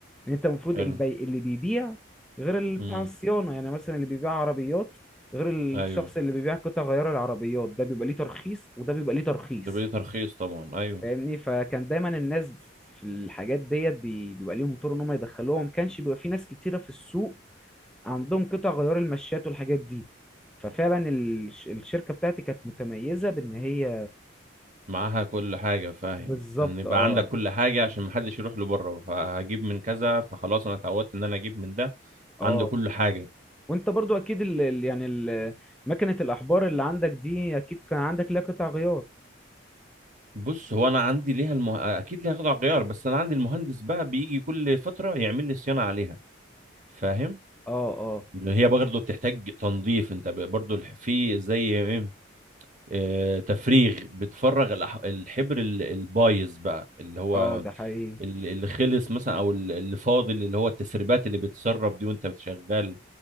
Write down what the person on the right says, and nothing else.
حلو
امم
ايوه
ده بيدي ترخيص طبعا ايوه
معاها كل حاجه فاهم
ان يبقى
عندك كل حاجه عشان محدش يروح له بره فهجيب من كذا فخلاص انا اتعودت ان انا اجيب من ده
عنده كل حاجه
بص هو انا عندي ليها المه... اكيد ليها قطع غيار بس انا عندي المهندس بقى بيجي كل فتره يعمل لي صيانه عليها فاهم
اللي هي برضه بتحتاج تنظيف انت ب- برضه الح- في زي ايه آه، تفريغ بتفرغ الأح- الحبر ال- البايظ بقى اللي هو
ال- اللي خلص مثلا او ال- اللي فاضل اللي هو التسريبات اللي بتسرب دي وانت بتشغل